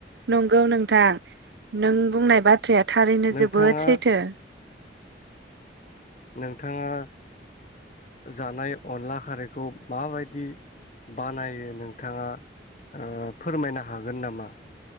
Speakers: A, on the right (about 70°); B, on the left (about 40°).
A: नंगौ नोंथां नों बुंनाय बा थ्राया थारैनो
B: नोंथाङा
A: जोबोद सैथो।
B: नोंथाङा जानाय अनला खारैखौ माबायदि बानायो नोंथाङा ओ फोरमायनो हागोन नामा?